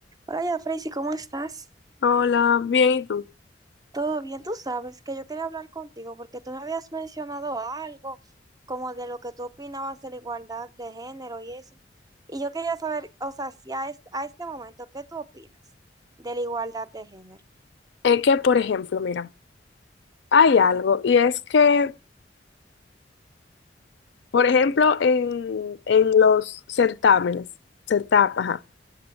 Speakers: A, on the right (about 20°); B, on the left (about 70°).
A: Hola, ya, Freisy, ¿cómo estás?
B: Hola, bien, ¿y tú?
A: Todo bien, tú sabes que yo quería hablar contigo porque tú me habías mencionado algo como de lo que tú opinabas de la igualdad de género y eso. Y yo quería saber, o sea, si a, es- a este momento, ¿qué tú opinas de la igualdad de género?
B: Es que, por ejemplo, mira, hay algo, y es que, por ejemplo, en, en los certámenes, certámenes, ajá,